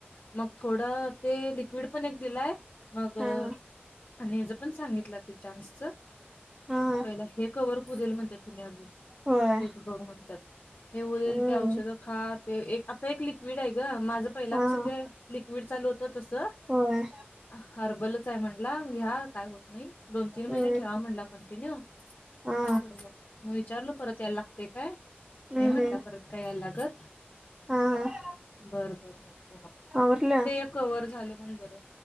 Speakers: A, on the left; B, on the right.
A: मग थोडं ते लिक्विड, पण एक दिलाय मग
B: हा हा
A: आणि हेच पण सांगितलं, ते चान्सच
B: हा
A: पहिला हे कवर होऊ देेल म्हणत्यात तेनी अजून.
B: होय
A: हेच बघ म्हणतात. हे उरेल
B: हम्म
A: ते औषधं खा ते एक आता एक लिक्विड आहे, गं माझं पहिला
B: हा
A: कसं
B: हा
A: ते लिक्विड चालू त तस.
B: होय.
A: हर्बलच आहे म्हणला घ्या, काय होत नाही दोन,
B: हम्म
A: तीन महिने ठेवा म्हणला. <unintelligible>
B: हा
A: विचारलो परत याय ते काय
B: हम्म
A: नाही म्हटलं, परत काय यायला लागतं.
B: हा हा
A: बरं बरं म्हटलो मग.
B: आवरलं.
A: ते कवर झालं म्हणून, बरं.